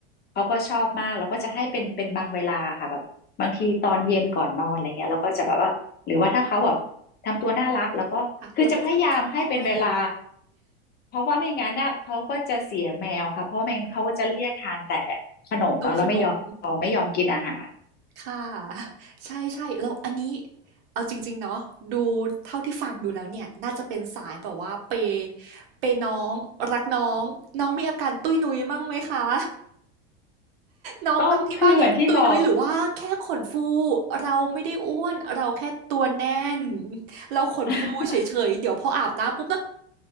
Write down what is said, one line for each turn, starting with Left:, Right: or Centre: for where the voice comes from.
Left: เขาก็ชอบมากแล้วก็จะให้เป็นเป็นบางเวลาค่ะแบบบางทีตอนเย็นก่อนนอนอะไรเงี้ยเราก็จะแบบว่าหรือว่าถ้าเขาแบบทำตัวน่ารักแล้วก็คือจะพยายามให้เป็นเวลา
Right: ค่ะเราก็จะให้เขาหน่อย
Left: เพราะว่าไม่งั้นน่ะเขาก็จะเสียแมวค่ะเพราะไม่งั้นเขาก็จะเรียกทานแต่ขนมเนาะแล้วไม่ยอมไม่ยอมกินอาหาร
Right: ตัวขนมค่ะ <laughs> ใช่ๆแล้วอันนี้เอาจริงๆเนาะดูเท่าที่ฟังดูแล้วเนี่ยน่าจะเป็นสายแบบว่าเปย์เปย์น้องรักน้องน้องมีอาการตุ้ยนุ้ยมั่งไหมคะ น้องน้องที่บ้านนี้ตุยนุ้ยหรือว่าแค่ขนฟู
Left: ต้องคือเหมือนที่บอก
Right: เราไม่ได้อ้วนเราแค่ตัวแน่นเราขนฟูเฉยๆเดี๋ยวพออาบน้ำปุ๊บนะ
Left: <laughs>